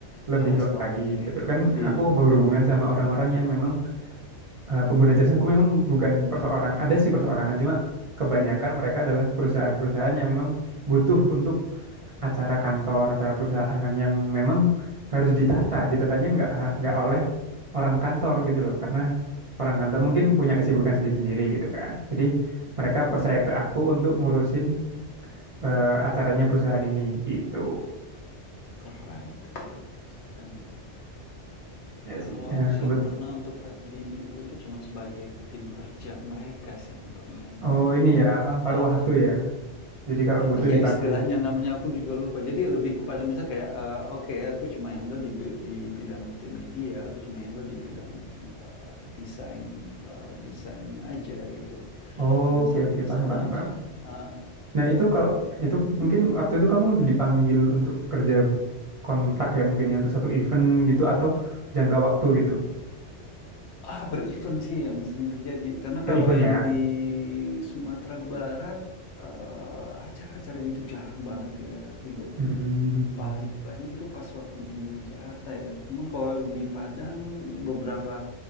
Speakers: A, on the right (about 60°); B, on the left (about 70°).
A: lebih
B: berrelasi
A: luas
B: tambah
A: lagi.
B: banyak
A: Betul
B: ya?
A: kan?
B: Iya,
A: Aku berhubungan
B: benar
A: sama
B: benar
A: orang-orang
B: bener.
A: yang memang Eh,
B: Mhm
A: pengguna jasa
B: mhm
A: aku memang bukan perseorang, ada sih perseorangan, cuma kebanyakan
B: mhm.
A: mereka adalah perusahaan-perusahaan yang memang butuh untuk acara kantor, acara perusahaan yang memang harus ditata.
B: Iya iya
A: Ditatanya
B: iya.
A: nggak ha- nggak oleh orang kantor gitu loh, karena orang
B: benar
A: kantor mungkin
B: benar
A: punya
B: benar
A: kesibukan sendiri-sendiri gitu kan. Jadi mereka
B: benar
A: percaya
B: bener.
A: ke aku untuk ngurusin eh, acaranya perusahaan ini gitu.
B: Keren itu juga, keren itu.
A: Ya
B: Kalau
A: sih. Nah,
B: aku sih
A: kebet
B: pernah untuk eee, di IO itu cuman sebagai tim kerja mereka sih yang pernah,
A: oh
B: cuman
A: ini ya apa paruh
B: heeh.
A: waktu ya. Jadi kalau
B: Apa
A: butuh
B: ya
A: dipanggil.
B: istilahnya namanya aku juga lupa. Jadi lebih kepada misal kayak, eee, oke aku cuma handle di bi di bidang multimedia, aku cuma handle di bidang, eee, desain, eee, desainnya aja gitu loh.
A: Oke
B: Hanya sampai
A: oke
B: di
A: paham
B: sana
A: paham
B: aja.
A: paham.
B: Heeh,
A: Nah, itu kalau
B: tapi
A: itu
B: mhm.
A: mungkin waktu itu kamu dipanggil untuk kerja kontrak ya mungkin ya untuk satu event gitu atau jangka waktu gitu
B: Ah, berevent sih yang sering terjadi. Karena
A: per
B: kalau
A: event ya.
B: yang di Sumatera Barat, eh, acara-acara gitu jarang banget ya, Vigo.
A: Hmm.
B: Paling banyak itu pas waktu di Jakarta ya. Cuman kalau di Padang, beberapa